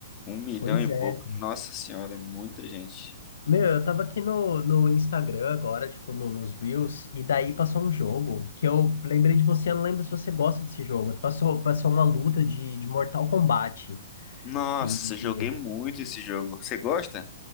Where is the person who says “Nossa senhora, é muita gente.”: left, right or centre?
Left